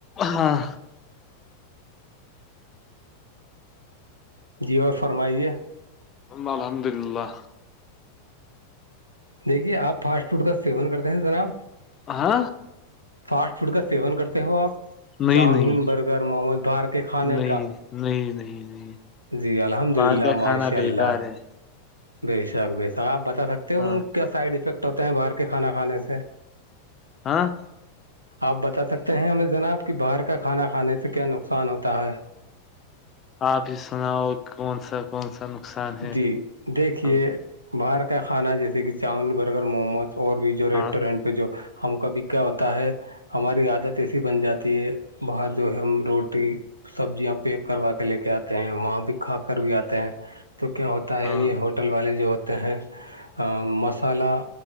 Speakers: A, on the left (about 25°); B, on the right (about 85°).
A: ہاں
B: جی اور فرمائیے
A: الحمد للہ
B: دیکھیے آپ فاسٹ فوڈ کا سیون کرتے ہیں جناب
A: ہ
B: فاسٹ فوڈ کا سیون کرتے ہو آپ
A: نہیں
B: چاؤمین
A: نہیں
B: برگر محمد باہر کے کھانے
A: نہیں
B: کا
A: نہیں نہیں نہیں
B: جی الحمد
A: باہر
B: للہ
A: کا کھانا
B: ماشاء
A: بیکار
B: اللہ
A: ہے
B: بے شک بے شک آپ بتا سکتے ہو
A: ہاں
B: کیا سائڈ افیکٹ ہوتے ہیں باہر کے کھانا کھانے سے
A: ہاں
B: آپ بتا سکتے ہیں ہمیں جناب کہ باہر کا کھانا کھانے سے کیا نقصان ہوتا ہے
A: آپ ہی سناؤ کون سا کون سا نقصان
B: جی
A: ہے
B: دیکھیے
A: ہاں
B: باہر کا کھانا جیسے کہ چاؤمن برگر موموز اور بھی ریسٹورینٹ
A: ہاں
B: پہ جو ہم کا بھی کیا ہوتا ہے ہماری عادت ایسی بن جاتی ہے باہر جو ہے ہم روٹی سبزیاں پیک کروا کے لے کے آتے ہیں وہاں بھی کھا کر بھی آتے ہیں تو کیا ہوتا ہے
A: ہاں
B: یہ ہوٹ ہوٹل والے جو ہوتے ہیں مصالحہ